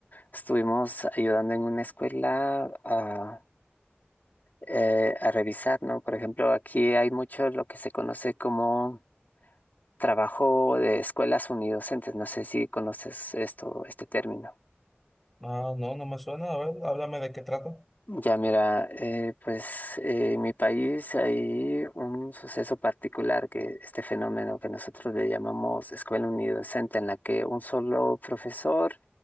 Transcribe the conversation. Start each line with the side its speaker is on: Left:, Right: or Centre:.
Left: estuvimos ayudando en una escuela a, eh, a revisar, ¿no? Por ejemplo, aquí hay mucho lo que se conoce como trabajo de escuelas unidocentes. No sé si conoces esto, este término.
Centre: Ah, no, no me suena. A ver, háblame de qué trata.
Left: Ya mira, eh, pues eh, en mi país hay un suceso particular que este fenómeno que nosotros le llamamos escuela unidocente, en la que un solo profesor